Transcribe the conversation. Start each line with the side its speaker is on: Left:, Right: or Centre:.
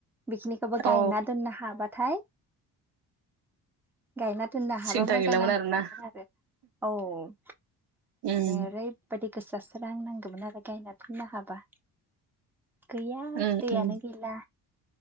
Centre: बेखिनिखौबो
Right: औ
Centre: गायना दोननो हाबाथाय गायना दोननो हाबा
Right: सिन्था
Centre: मोजां
Right: गैलामोन
Centre: नांहैगोन
Right: आरोना
Centre: आरो औ
Right: उम
Centre: माने ओरैबायदि गोसाोसो रां नांगौमोन आरो गायना फिनो हाबा गैया
Right: उम
Centre: दैयानो
Right: उम
Centre: गैला